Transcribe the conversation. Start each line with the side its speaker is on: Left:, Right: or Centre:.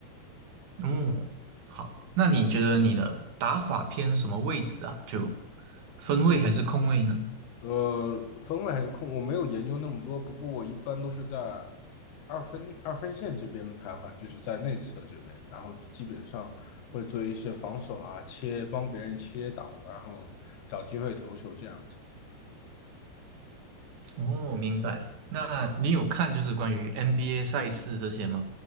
Right: 哦，好。那你觉得你的打法偏什么位置啊？就分位还是控位呢？
Left: 呃，分位还是控，我没有研究那么多，不过我一般都是在二分二分线这边徘徊，就是在内侧这边，然后基本上会做一些防守啊，切，帮别人切挡，然后找机会投球这样子。
Right: 哦，明白。那你有看就是关于 NBA 赛事这些吗？